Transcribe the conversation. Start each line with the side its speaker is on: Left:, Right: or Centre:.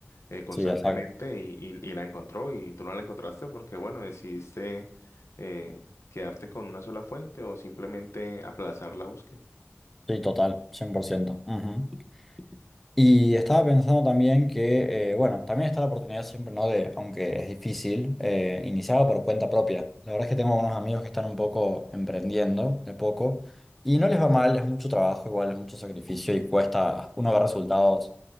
Left: eh, constantemente
Centre: Sí, exacto.
Left: y, y- y la encontró y tú no la encontraste porque bueno, decidiste eh, quedarte con una sola fuente o simplemente aplazar la búsqueda.
Centre: Sí, total, 100%. Ujú. Y estaba pensando también que, eh, bueno, también está la oportunidad siempre, ¿no? De, aunque es difícil, eh, iniciar por cuenta propia. La verdad es que tengo unos amigos que están un poco emprendiendo de poco y no les va mal, es mucho trabajo, igual es mucho sacrificio y cuesta, uno ve resultados